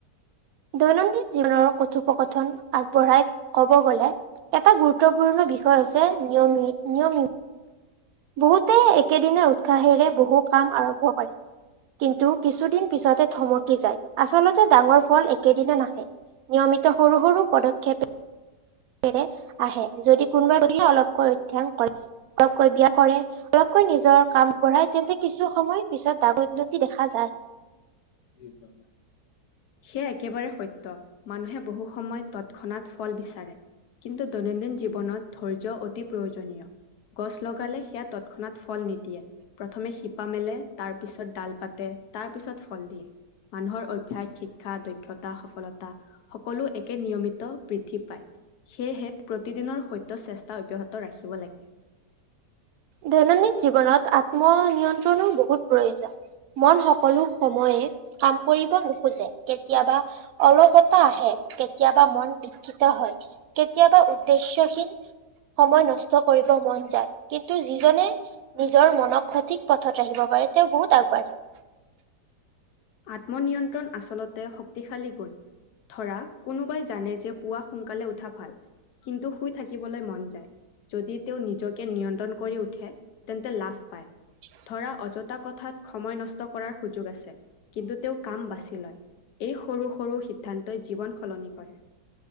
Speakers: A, on the right; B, on the left.
A: দৈনন্দিন জীৱনৰ কথোপকথন আগবঢ়াই ক'ব গলে এটা গুৰুত্বপূৰ্ণ বিষয় হৈছে। নিয়ম নিয়মিত বহুতে একেদিনা উৎসাহেৰে বহু কাম আৰম্ভ কৰে। কিন্তু কিছুদিন পিছতে থমকি যায়। আচলতে ডাঙৰ ফল একেদিনে নাহে। নিয়মিত সৰু সৰু পদক্ষেপে ৰে আহে যদি <unintelligible> গতিকে অলপকৈ অধ্যয়ন কৰে। মিয়াকৈ কৰে অলপকৈ নিজৰ কাম বঢ়াই তেন্তে কিছু সময় পিছত দাগৰ উন্নতি দেখা যায়।
B: <unintelligible> সেয়া একেবাৰে সত্য মানুহে বহু সময়ত তৎক্ষণাত ফল বিচাৰে কিন্তু দৈনন্দিন জীৱনত ধৈৰ্য্য অতি প্ৰয়োজনীয় গছ লগালে সেয়া তৎক্ষণাত ফল নিদিয়ে। প্ৰথমে শিপা মেলে তাৰ পিছত ডাল পাতে তাৰ পিছত ফল দিয়ে। মানুহৰ অভ্যস শিক্ষা দক্ষতা সফলতা সকলো একে নিয়মিত পায় প্ৰতিদিনৰ স চেষ্টা অব্যাহত ৰাখিব লাগে।
A: দৈনন্দিন, জীৱনত আত্মনিয়ন্ত্ৰণো বহুত প্ৰয়োজন। মন সকলো সময়ে কাম কৰিব নোখোজে কেতিয়াবা। অলসতা আহে কেতিয়াবা মন বিক্ষিত, হয় কেতিয়াবা উদ্দেশ্যয়হীন। সময় নষ্ট কৰিব মন যায়। কিন্তু যিজনে নিজৰ মনক সঠিক পথত ৰাখিব পাৰে তেওঁ বহুত আগবাঢ়ে। <unintelligible>
B: আত্মনিয়ন্ত্ৰণ আচলতে শক্তিশালী গুণ। ধৰা কোনোবাই জানে যে পুৱা সোনকালে উঠা ভাল। কিন্তু শুই থাকিবলৈ মন যায়। যদি তেওঁ নিজকে নিয়ন্ত্ৰণ, কৰি উঠে তেন্তে লাভ পায়।
A: <unintelligible>
B: ধৰা অযথা কথাত সময় নষ্ট কৰাৰ সুযোগ আছে কিন্তু তেওঁ কাম বাচি লয়। এই সৰু সৰু সিদ্ধান্ত জীৱন সলনি কৰে।